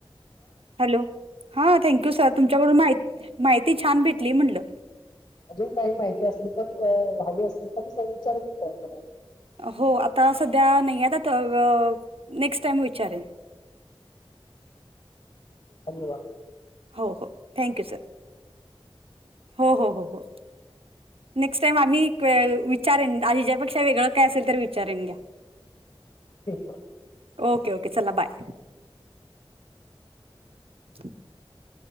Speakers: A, on the right; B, on the left.
A: hello! हा थँक्यू सर तुमच्याकडून माहिती माहिती छान भेटली म्हटलं.
B: अजून काही माहिती असली तर, हवी असली तर विचारू शकताय मला अजुन.
A: हो, आता सध्या नाही आता नेक्स्ट टाइम विचारेन.
B: <unintelligible>
A: हो हो, थँक्यू! सर हो हो हो हो. नेक्स्ट टाइम आम्ही विचारेन, आणि हेच्यापेक्षा वेगळ काय असेल तर विचारेन घ्या.
B: ठिक आहे.
A: Okay okay! चला बाय. <unintelligible>